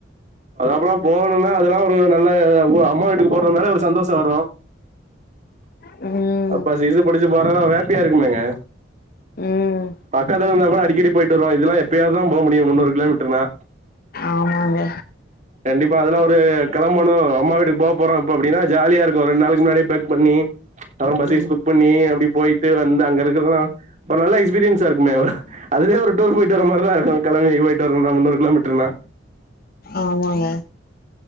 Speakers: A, on the right; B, on the left.
A: அது அப்றோ போணும்னா அதெல்லாம் ஒரு நல்ல அம்மா வீட்டுக்கு போறதுனாலே ஒரு சந்தோஷோ வரு
B: ம்
A: அப்ப சிசு படிச்சு போறனா அவ ஹாப்பியா இருக்குமேங்க
B: ம்
A: பக்கத்துல இருந்தா கூட அடிக்கடி போயிட்டு வருவோ இதெல்லா எப்பயாவது தா போ முடியு முன்னூறு கிலோமீட்டர்னா
B: ஆமாங்க
A: கண்டிப்பா அதெல்லா ஒரு கெளம்பணு அம்மா வீட்டுக்கு போ போறோம் இப்ப அப்டின்னா ஜாலியா இருக்கு ரெண்டு நாளைக்கு முன்னாடியே பேக் பண்ணிப் அப்புற பஸ் கிஸு புக் பண்ணி அப்டி போயிட்டு வந்து அங்க இருக்றதுலா ஒரு நல்ல எஸ்பீரியன்ஸா இருக்குமே அதுவே ஒரு டூர் போயிட்டு வர மாரிதா இருக்கு கெளம்பி போயிட்டு வருனும்னா முன்னூறு கிலோமீட்டர்னா
B: ஆமாங்க